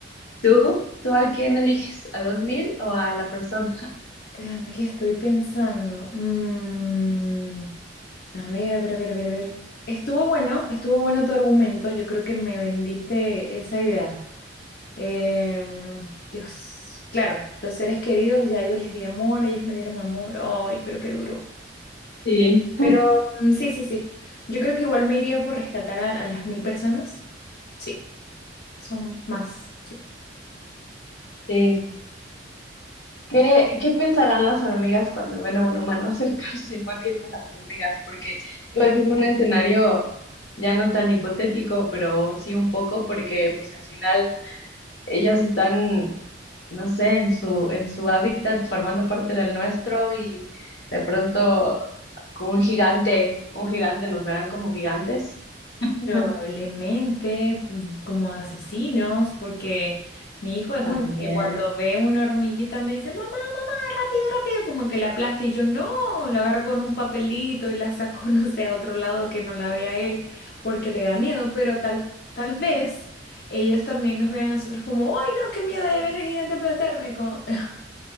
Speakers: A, on the left (about 70°); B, on the left (about 55°).
A: ¿Tú? ¿Tú a quién eliges? ¿A los mil o a la persona?
B: Déjame que estoy pensando. Mm. A ver, a ver, a ver, a ver, a ver. Estuvo bueno, estuvo bueno tu argumento. Yo creo que me vendiste esa idea. Em, Dios, claro, los seres queridos ya yo les di amor, ellos me dieron amor. Ay, pero qué duro.
A: Sí,
B: Pero mm, sí, sí, sí. Yo creo que igual me iría por rescatar a, a las mil personas. Sí, son más, sí.
A: sí. ¿Qué, qué pensarán las hormigas cuando ven a un humano <laughs> acercarse igual viendo a las hormigas? Porque igual es un escenario ya no tan hipotético, pero sí un poco, porque pues al final ellas están, no sé, en su, en su hábitat formando parte del nuestro y de pronto con un gigante, un gigante nos verán como gigantes. <laughs>
B: Probablemente mm, como asesinos, porque mi hijo es
A: También,
B: uno que cuando ve una hormiguita me dice, mamá. rápido, rápido, como que la aplasta y yo no, la agarro con un papelito y la saco, <laughs> no sé, a otro lado que no la vea él, porque le da miedo, pero tal, tal vez ellos también nos vean a nosotros como, ay, no, qué miedo, ahí viene el gigante a aplastarme, como, <laughs>